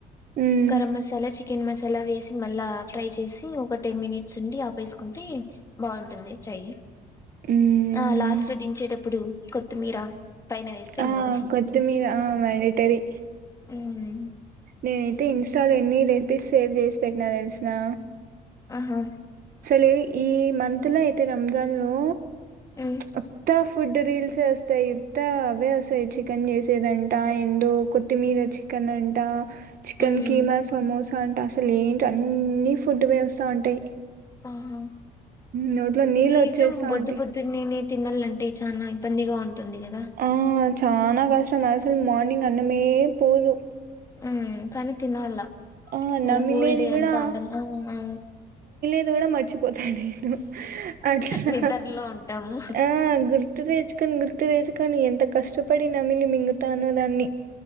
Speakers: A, on the right; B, on the left.
A: ఉమ్
B: గరం మసాలా చిక్ చికెన్ మసాలా వేసి మళ్ళా ఫ్రై చేసి ఒక టెన్ మినిట్స్ నుండి ఆపేసుకుంటే బాగుంటుంది ఫ్రై
A: ఉమ్
B: ఆ లాస్ట్ లో దించేటప్పు ఇప్పుడు కొత్తిమీర పైన వేస్తే
A: ఆ
B: ఇంకా బాగుంటుంది
A: కొత్తిమీరా ఆ మ్యాండటరీ
B: ఉమ్
A: నేనైతే ఇన్స్ ష్ట లో ఎన్ని రెసిపీస్ సేవ్ చేసి పెట్టినా తెలుసునా
B: ఆహా
A: ఆసలు ఇవి ఈ మంత్ లో అయితే రంజాన్ లో
B: ఉ
A: ఉత్త ఫుడ్ రీల్స్ వస్తాయి ఇట్ట అవే వస్తాయి చికెన్ చేసేదంట ఎందో కొత్తిమీర చికెన్ అంట చికెన్
B: ఉమ్
A: కీమా సమోసా అంట అస తిలేంటో అన్ని ఫుడ్ వే వస్త ఉంటాయి
B: ఆహా
A: నోట్లో నీళ్ళు
B: మీరు
A: వచ్చేస్తాంటయి
B: బొద్దు పొద్దున్నేనే తినాలంటే చానా ఇబ్బందిగా ఉం ఉంటుంది గదా
A: ఆ చానా కష్టం అసలు మార్నింగ్ అన్నమే పోదు
B: హ కనీ తినాల్ల
A: ఆ
B: మల్ల
A: నమిలేది
B: హోల్ డే
A: కూడా
B: అంతా ఉండాలి ఆ ఆ
A: నేను గూడ మర్చిపోత త నేను అట్లా
B: నిద్రలో ఉంటాము
A: ఆ గుర్తు తెచ్చుకుని గుర్ గుర్తు తెచుకోని ఎంత కష్టపడి నమిలి మింగుతానో దాన్ని